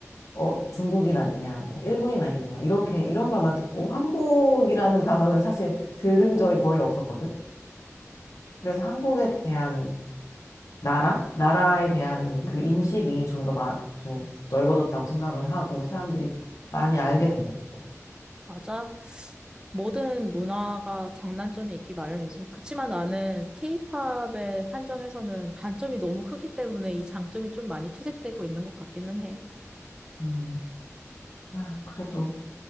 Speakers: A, on the left; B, on the right.
A: 어, 중국인 아니냐, 뭐, 일본인 아니냐, 이렇게, 이런 말만 듣고 한국이라는 단어는 사실 들은 적이 거의 없었거든. 그래서 한국에 대한 나라? 나라에 대한 그 인식이 좀 더 마, 좀 넓어졌다고 생각을 하고 사람들이 많이 알게 된 것 같아.
B: 맞아. 모든 문화가 장단점이 있기 마련이지. 그치만 나는 케이팝에 한정해서는 단점이 너무 크기 때문에 이 장점이 좀 많이 퇴색되고 있는 것 같기는 해.
A: 음, 아, 그래도.